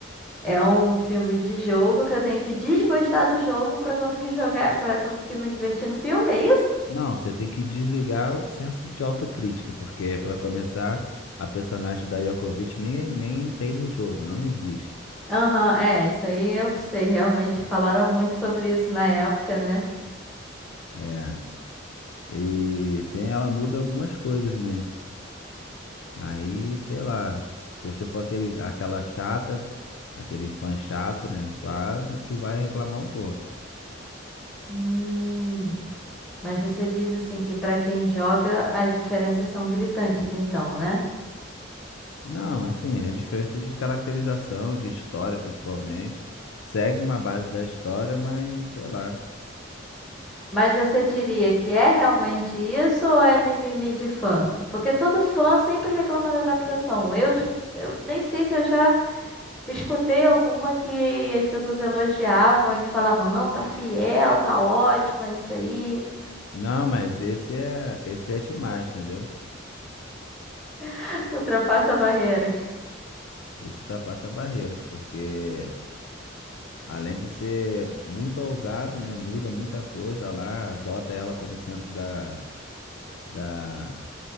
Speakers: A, in the centre; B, on the left (about 80°).
A: É um filme de jogo que eu tenho que desgostar do jogo pra conseguir jogar, pra conseguir me divertir no filme, é isso?
B: Não, você tem que desligar o senso de autocrítica, porque, pra começar, a personagem da Yokovic nem, nem tem no jogo, não existe.
A: Aham, é, isso aí eu sei, realmente falaram muito sobre isso na época, né?
B: É, e tem, ela muda algumas coisas, né? Aí, sei lá, se você for aquele, aquela chata, aquele fã chato, né? Pá, tu vai reclamar um pouco.
A: Hum, mas você diz assim que pra quem joga as diferenças são gritantes, então, né?
B: Não, assim, as diferenças de caracterização, de história principalmente, segue uma base da história, mas sei lá.
A: Mas você diria que é realmente isso ou é mimimi de fã? Porque todo fã sempre reclama da adaptação. Eu, de- eu nem sei se eu já escutei alguma que as pessoas elogiavam e que falavam, não, tá fiel, tá ótima, isso aí,
B: Não, mas esse é, esse é demais, entendeu?
A: <laughs> ultrapassa barreiras.
B: Esse ultrapassa barreiras, porque além de ser muito ousado, né? Muda muita coisa lá, bota ela como centro da, da